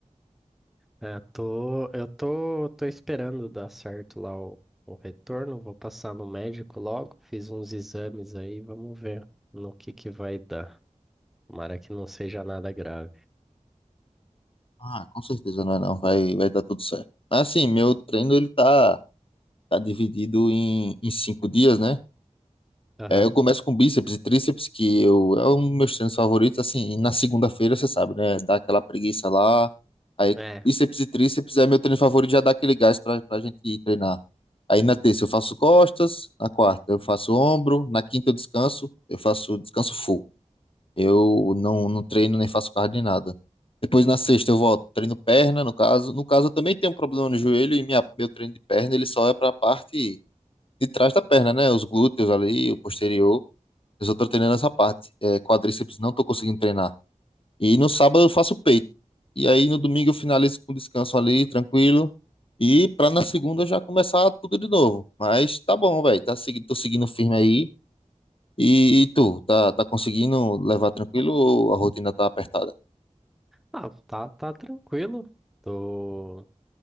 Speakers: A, in the centre; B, on the left.
A: É, tô, eu tô, tô esperando dar certo lá o, o retorno. Vou passar no médico logo. Fiz uns exames aí, vamos ver no que que vai dar. Tomara que não seja nada grave.
B: Ah, com certeza não é não, vai, vai dar tudo certo. Mas assim, meu treino ele tá, tá dividido em, em cinco dias, né?
A: Aham,
B: É, eu começo com bíceps e tríceps, que eu, é um dos meus treinos favoritos, assim, e na segunda-feira, você sabe, né? Dá aquela preguiça lá, aí
A: é.
B: bíceps e tríceps é meu treino favorito, já dá aquele gás pra, pra gente ir treinar. Aí na terça eu faço costas, na quarta eu faço ombro, na quinta eu descanso, eu faço descanso full. Eu não, não treino nem faço cardio nem nada. Depois na sexta eu volto, treino perna, no caso. No caso eu também tenho um problema no joelho e minha, meu treino de perna ele só é pra parte de trás da perna, né? Os glúteos ali, o posterior. Eu só tô treinando essa parte. É, quadríceps não tô conseguindo treinar. E no sábado eu faço peito. E aí no domingo eu finalizo com descanso ali, tranquilo. E pra na segunda já começar tudo de novo. Mas tá bom, velho. Tá seguindo, tô seguindo firme aí. E, e tu, tá, tá conseguindo levar tranquilo ou a rotina tá apertada?
A: Ah, tá, tá tranquilo. Tô...